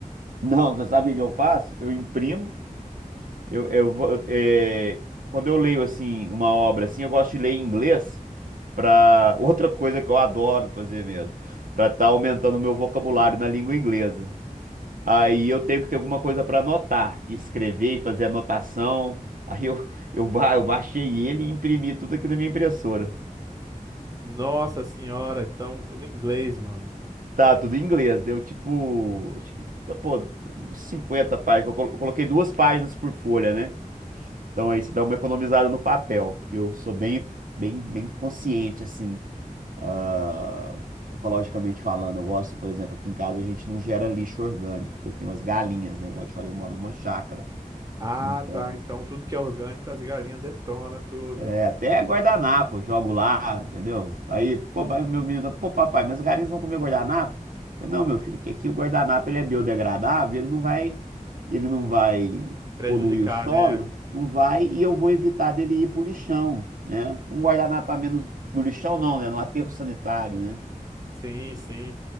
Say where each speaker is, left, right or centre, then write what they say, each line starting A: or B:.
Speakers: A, on the right (about 70°); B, on the right (about 25°).
A: Não, você sabe o que eu faço? Eu imprimo, eu, eu, vou- eu- é, quando eu leio assim uma obra assim, eu gosto de ler em inglês para <laughs> outra coisa que eu adoro fazer mesmo, para estar aumentando o meu vocabulário na língua inglesa. Aí eu tenho que ter alguma coisa para anotar, escrever e fazer anotação. Aí eu, eu, ba- eu baixei ele e imprimi tudo aqui na minha impressora.
B: Nossa senhora, então tudo em inglês, mano.
A: Tá, tudo em inglês. Deu tipo, acho que, pô, uns 50 páginas. Eu colo- coloquei duas páginas por folha, né? Então aí você dá uma economizada no papel, porque eu sou bem, bem, bem consciente, assim, ah, ecologicamente falando. Eu gosto, por exemplo, aqui em casa a gente não gera lixo orgânico, porque eu tenho as galinhas, né? Igual eu te falei, eu moro numa chácara.
B: Ah,
A: Então,
B: tá. Então tudo que é orgânico, as galinhas detonam tudo.
A: É, até guardanapo, eu jogo lá, entendeu? Aí, pô, pai, meu menino, pô, papai, mas os galinhas vão comer guardanapo? Eu falei, não, meu filho, que aqui o guardanapo ele é biodegradável, ele não vai, ele não vai
B: Prejudicar,
A: poluir o solo,
B: né?
A: não vai, e eu vou evitar dele ir pro lixão, né? Um guardanapo a menos no lixão não, né? No aterro sanitário, né?
B: Sim, sim.